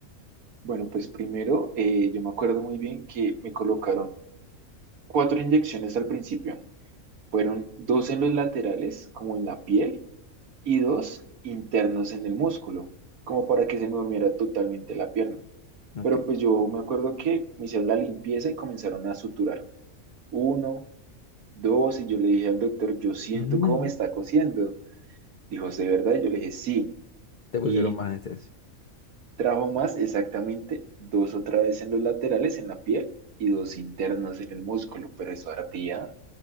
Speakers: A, on the right; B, on the left.
A: Bueno, pues primero, eh, yo me acuerdo muy bien que me colocaron cuatro inyecciones al principio. Fueron dos en los laterales, como en la piel, y dos internos en el músculo, como para que se me durmiera totalmente la pierna.
B: Ok.
A: Pero pues yo me acuerdo que me hicieron la limpieza y comenzaron a suturar. Uno, dos, y yo le dije al doctor, yo siento
B: <laughs>
A: cómo me está cosiendo. Dijo, ¿de verdad? Yo le dije, sí.
B: Te pusieron
A: Y
B: más anestesia.
A: trajo más exactamente dos otra vez en los laterales, en la piel, y dos internos en el músculo, pero eso ardía.